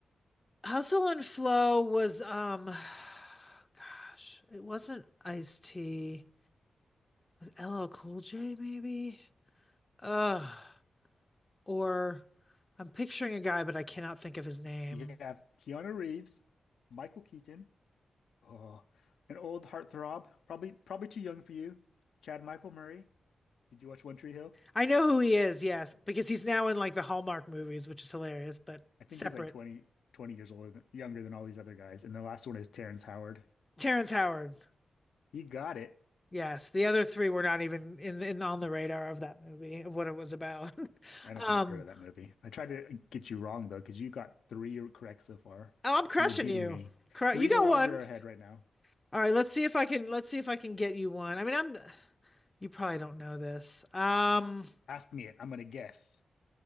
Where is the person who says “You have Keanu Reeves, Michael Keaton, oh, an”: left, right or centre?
Left